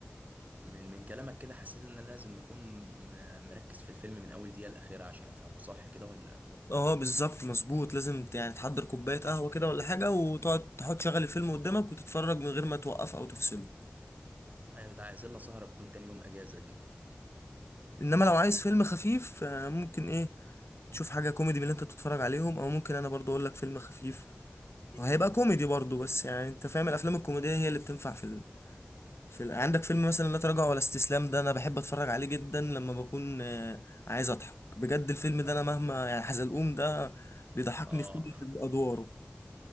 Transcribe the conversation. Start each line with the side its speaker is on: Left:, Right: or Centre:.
Right: من من كلامك كده حسيت ان انا لازم اكون م- مركز في الفيلم من اول دقيقة الاخيرة عشان افهمه صح كده ولا
Left: اه بالظبط مظبوط لازم ت- يعني تحضر كوباية قهوة كده ولا حاجة وتقعد تحط شغل الفيلم قدامك وتتفرج من غير ما توقف او تفصله
Right: ايوه ده عايزين لها سهرة تكون تاني يوم اجازة دي
Left: انما لو عايز فيلم خفيف آه، ممكن ايه تشوف حاجه كوميدي من اللي انت بتتفرج عليهم او ممكن انا برضو اقول لك فيلم خفيف وهيبقى كوميدي برضو بس يعني انت فاهم الافلام الكوميديه هي اللي بتنفع في ال... في ال... عندك فيلم مثلا لا تراجع ولا استسلام ده انا بحب اتفرج عليه جدا لما بكون آه، عايز اضحك بجد الفيلم ده انا مهما يعني حزلقوم ده بيضحكني
Right: اه
Left: في كل
Right: <laughs>
Left: ادواره